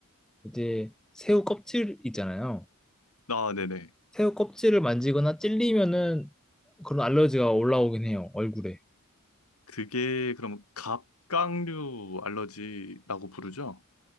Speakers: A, in the centre; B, on the left.
A: 이제 새우 껍질 있잖아요.
B: 아, 네네.
A: 새우 껍질을 만지거나 찔리면은 그런 알러지가 올라오긴 해요, 얼굴에.
B: 그게 그럼 갑각류 알러지라고 부르죠?